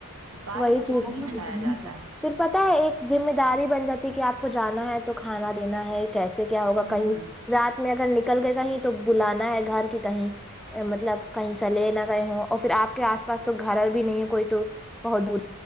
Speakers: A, on the right (about 70°); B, in the centre.
A: پال
B: وہی
A: لو
B: چیز
A: تو پھر نہیں ہٹایا
B: اس
A: جاتا
B: تھا
A: ہے
B: پھر پتہ ہے ایک ذمہ داری بن جاتی کہ آپ کو جانا ہے تو کھانا دینا ہے کیسے کیا ہوگا
A: ہوں
B: کہیں رات میں اگر نکل گئے کہیں تو بلانا ہے گھر کی کہیں مطلب کہیں چلے نہ کہیں ہو اور پھر آپ کے آس پاس تو گھر بھی نہیں ہے کوئی تو بہت دور